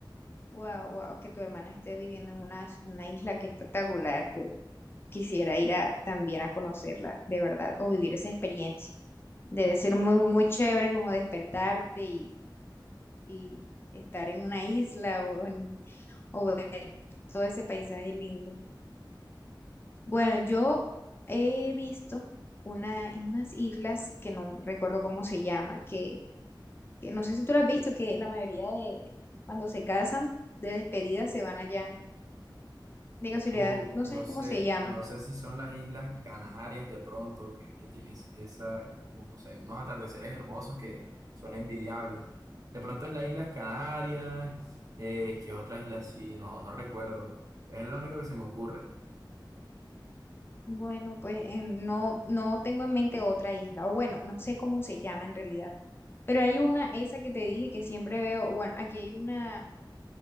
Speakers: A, on the left; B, on the right.
A: Wow, wow, que tu hermana esté viviendo en una, una isla que espectacular. Yo quisiera ir a, también a conocerla, de verdad, o vivir esa experiencia. Debe ser muy, muy chévere como despertarte y, y estar en una isla o, en- o ver todo ese paisaje lindo. Bueno, yo he visto una, unas islas que no recuerdo cómo se llama, que que no sé si tú lo has visto, que la mayoría de cuando se casan, de despedida se van allá. De casualidad,
B: Uh,
A: no
B: no
A: sabes
B: sé,
A: cómo se llama.
B: no sé si son las Islas Canarias de pronto, que, que tienes esa, o sea, unos atardeceres hermosos que son envidiables. De pronto en las Islas Canarias, eh, ¿qué otra isla sí? No, no recuerdo. Es lo único que se me ocurre.
A: Bueno, pues en- no, no tengo en mente otra isla, o bueno, no sé cómo se llama en realidad. Pero hay una, esa que te dije que siempre veo, bueno, aquí hay una,